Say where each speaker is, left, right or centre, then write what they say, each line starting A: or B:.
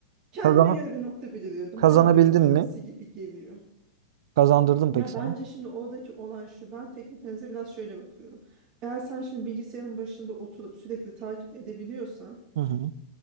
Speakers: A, on the right; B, on the right.
A: Kendime
B: Kazana
A: göre bir nokta belirliyordum.
B: kazanabildin
A: Bana diyordum şurası
B: mi?
A: gibi geliyor.
B: Kazandırdım
A: Ya
B: peki sana.
A: bence şimdi oradaki olan şu. Ben teknik analize biraz şöyle bakıyorum. Eğer sen şimdi bilgisayarın başında oturup sürekli takip edebiliyorsan
B: Hı hı.